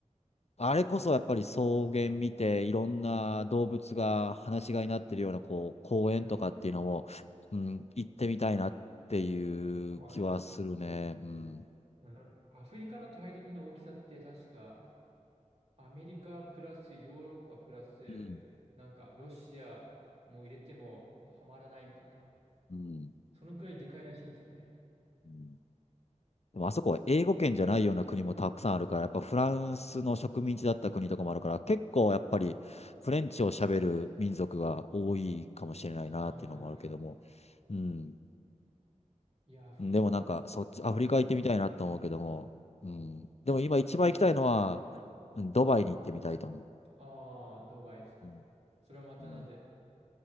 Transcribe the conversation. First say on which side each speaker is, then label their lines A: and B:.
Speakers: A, on the left; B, on the right.
A: あれこそやっぱり草原見て、いろんな動物が放し飼いになってるような、こう、公園とかっていうのも、
B: う
A: うん、行ってみたいなっていう気はするね。
B: ん。もあります。
A: うん。
B: うん、アフリカの大陸の大きさって確か、アメリカプラスヨーロッパプラス、
A: うん。
B: なんかロシアも入れてもはまらないみたいな。
A: うん。
B: そのくらいでかいらしいんですよね。
A: うんでもあそこは英語圏じゃないような国もたくさんあるから、やっぱフランスの植民地だった国とかもあるから、結構やっぱりフレンチを喋る民族が多いかもしれないなっていうのもあるけども。
B: ああ、らしいですね。
A: うん。
B: いや、アフリカ。
A: うんでもなんか、そっち、アフリカ行ってみたいなと思うけども、うん。でも今一番行きたいのは、うんドバイに行ってみたいと思
B: ああ、ドバイですか。
A: う。うん
B: それはまたなぜ。
A: うん